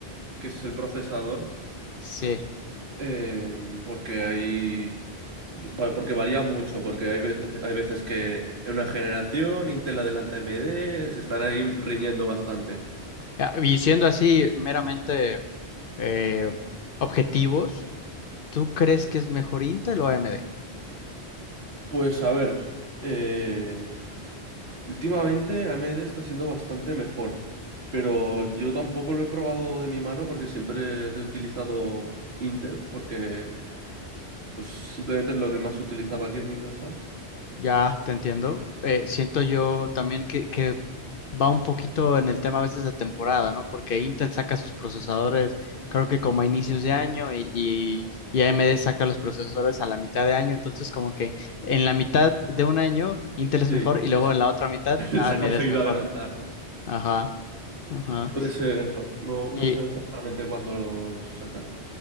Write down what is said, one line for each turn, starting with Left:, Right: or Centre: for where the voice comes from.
Right: que es el procesador.
Left: Sí.
Right: Eh, porque hay... va- Porque varía mucho, porque hay veces, hay veces que en una generación Intel adelanta a AMD, se están ahí riñendo bastante.
Left: Ah, Y siendo así meramente eh, objetivos, ¿tú crees que es mejor Intel o AMD?
Right: Pues a ver, eh, últimamente AMD está siendo bastante mejor, pero yo tampoco lo he probado de mi mano porque siempre he utilizado Intel, porque pues simplemente es lo que más utilizaba aquí en mi casa.
Left: Ya, te entiendo. Eh, siento yo también que, que va un poquito en el tema a veces de temporada, ¿no? Porque Intel saca sus procesadores, creo que como a inicios de año, y, y, y AMD saca los procesadores a la mitad de año. Entonces, como que en la mitad de un año Intel es
Right: Sí,
Left: mejor
Right: <laughs>
Left: y luego
Right: les,
Left: en la otra mitad
Right: les
Left: AMD
Right: ha conseguido
Left: es mejor.
Right: adelantar, ¿no?
Left: Ajá, ajá.
Right: Puede ser eso. No, no
Left: Y
Right: sé exactamente cuándo lo- los sacan.